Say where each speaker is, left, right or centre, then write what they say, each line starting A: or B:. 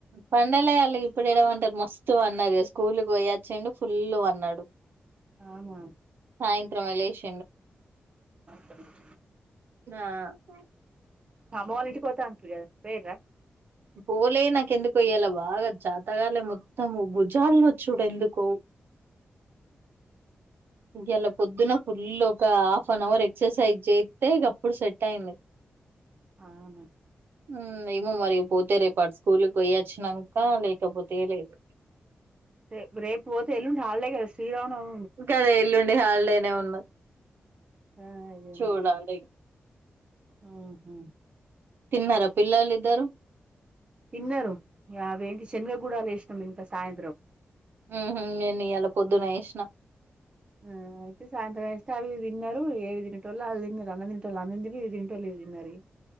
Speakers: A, on the right (about 70°); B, on the right (about 25°).
A: పండలే వాళ్ళకి ఇప్పుడు ఎడపంటరు మస్తు అన్నారు స్కూల్కి పోయచ్చుడు ఫుల్ పన్నాడు
B: అవునా
A: సాయంత్రం లేచి
B: పండుకున్నడు.
A: ఆహ్
B: అమ్మ వల్ల ఇంటికి పోత అంటిరి కదా పోయిందిరా
A: పోలే నాక ఎందుకో ఇయాలా బాగా చేతగాలే మొత్తము భుజాలను వచ్చడు ఎందుకో ఇ ఇలా పొద్దున ఫుల్ ఒక హాఫ్ అన్ అవర్ ఎక్సర్సైజ్ చేస్తే ఇక అప్పుడు సెట్ అయింది.
B: అవునా
A: ఉమ్ ఏమో మరి పోతే రేపు అటు స్కూల్కి పోయొచ్చాక లేకపోతే లేదు
B: రే రేపు పోతే ఎల్లుండి హాలిడే కదా శ్రీరామ నవమి
A: ఇకాదే ఇల్లుండి హాళ డే ఉన్న
B: ఆ అదే
A: చూడాలీ
B: మరి ఆహా
A: తిన్నారా పిల్లలు ఇద్దరు
B: తిన్నరు ఇగ అవెంటి శనగగూడలు వేసినాం ఇంక సాయంత్రం
A: ఉహు నేను ఇయాలా పొద్దున ఏష్ణ
B: ఆ అయితే సాయంత్రం ఏస్తే అవి తిన్నారు ఏవి తినటోళ్ళు అవి తిన్నరు అన్నం తినటోళ్ళ అన్నం తిని దింటలేద్ వినరి